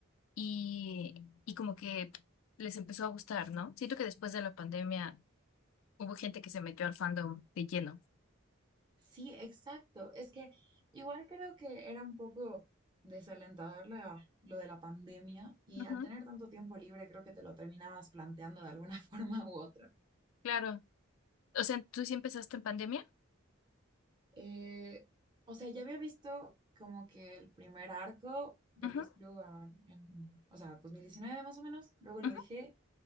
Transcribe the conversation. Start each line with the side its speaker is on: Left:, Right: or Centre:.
Left: y, y como que les empezó a gustar, ¿no? Siento que después de la pandemia hubo gente que se metió al fandom de lleno.
Right: Sí, exacto. Es que igual creo que era un poco desalentador la- lo de la pandemia y
Left: Ujú,
Right: al tener tanto tiempo libre creo que te lo terminabas planteando de alguna <laughs> forma u otra.
Left: claro. O sea, ¿tú sí empezaste en pandemia?
Right: Eh, o sea, ya había visto como que el primer arco de
Left: Ujú,
Right: East Blue ah, en, o sea, 2019 más o menos, luego
Left: ujú.
Right: lo dejé